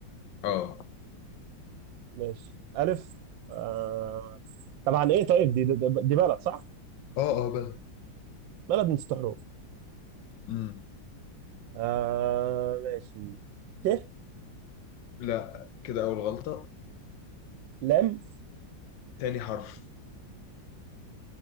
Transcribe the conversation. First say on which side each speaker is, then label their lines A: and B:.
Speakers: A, on the left; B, on the right.
A: اه
B: ماشي ألف آه... طبعا إيه طيب دي, دي, دي بلد صح؟
A: اه اه بقى
B: بلد من ست حروف
A: مم.
B: آه... ماشي ت
A: لا كده أول غلطة
B: لام
A: تاني حرف